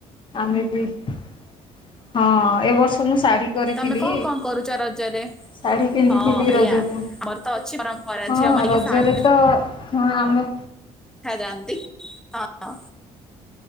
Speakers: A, on the left; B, in the centre.
A: ଆମେ ବି ହଁ, ଏ ବର୍ଷ ମୁଁ ଶାଢ଼ୀ କରିଥିଲି।
B: ତମେ କଣ କଣ କରୁଛ ରଜରେ?
A: ଶାଢ଼ୀ ପିନ୍ଧିଥିଲି
B: ହଁ ବଢିଆ
A: ରଜକୁ
B: ଆମର ତ ଅଛି ପରମ୍ପରା
A: ହଁ
B: ଝିଅ ମାନେ ଟିକେ
A: ରଜରେ
B: ଶାଢୀ
A: ତ ହଁ ଆମ
B: ଯାଆନ୍ତି ହ